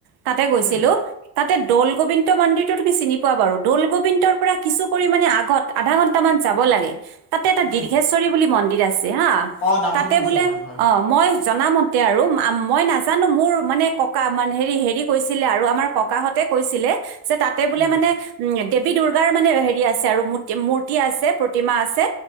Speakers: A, on the right; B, on the left.
A: তাতে গৈছিলো
B: উম
A: তাতে দৌল গোবিন্দ মন্দিৰটো তুমি চিনি পোৱা বাৰু দৌল গোবিন্দৰ পৰা কিছু পৰিমাণে আগত আধা ঘণ্টা বৰ্তামান যাব লাগে তাতে এটা
B: উম
A: দীৰ্ঘেশ্বৰী বুলি মন্দিৰ আছে হা
B: অঁ নামটো
A: তাতে
B: শুনিছোঁ
A: বোলে
B: হয় হয়
A: অ
B: হয়
A: মই জনাম আৰু মই নাজানো মোৰ মানে ককা মান হেৰি হেৰি কৈছিলে আৰু আমাৰ ককাহঁতে কৈছিলে যে তাতে বোলে
B: উম, উম,
A: মানে উম দেৱী দুৰ্গাৰ মানে হেৰি আছে আৰু ম মূৰি প্ৰতি আছে প্ৰতিমা আছে